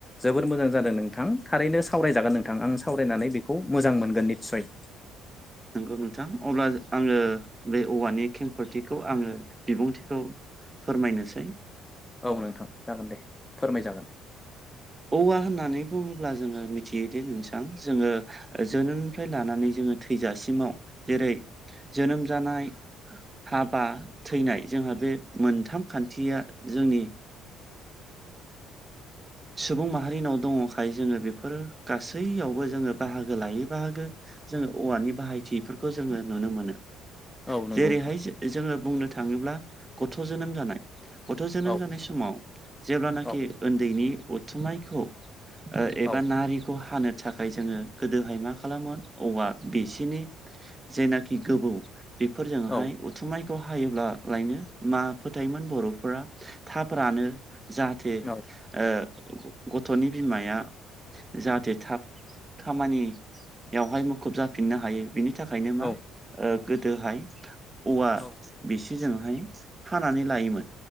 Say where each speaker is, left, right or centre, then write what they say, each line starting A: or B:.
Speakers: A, on the left (about 15°); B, on the right (about 25°).
A: जोबोर मोजां जादों नोंथां थारैनो सावरायजागोन नोंथां आं सावरायनानै बेखौ मोजां मोनगोन निस्सय।
B: नोंगौ नोंथां अब्ला आङो बे औवानि खेंफोरथिखौ आङो बिबुंथिखौ फोरमायनोसै
A: औ नोंथां जागोन दे फोरमायजागोन
B: औवा होननानै बुङोब्ला जोङो मिथियोदि नोंसां जोङो जोनोमनिफ्राय लानानै जोङो थैजासिमाव जेरै जोनोम जानाय हाबा थैनाय जोंहा बे मोनथाम खान्थिया जोंनि सुबुं माहारिनाव दङखाय जोङो बेफोरो गासैयावबो जोङो बाहागो लायै बाहागो जोङो औवानि बाहायथिफोरखौ जोङो नुनो मोनो
A: औ नंगौ
B: जेरैहाय
A: नोंथां
B: जो जोङो बुंनो थाङोब्ला गथ' जोनोम जानाय गथ' जोनोम
A: औ
B: जानाय समाव जेब्लानाखि
A: औ
B: ओन्दैनि उथुमायखौ ओ एबा
A: औ
B: नारिखौ हानो थाखाय जोङो गोदोहाय मा खालामोन औवा बिसिनि जेनाखि गोबौ बेफोरजोंहाय
A: औ
B: उ थुमायखौ हायोब्लालायनो मा फोथायोमोन बर'फोरा थाब रानो जा थे
A: औ
B: ओ गथ'नि बिमाया जाहाथे थाब खामानियावहाय मुखुब जाफिननो हायो बिनि बेनि थाखायनो
A: औ
B: मा गोदोहाय औवा
A: औ
B: बेसे जोंहाय हानानै लायोमोन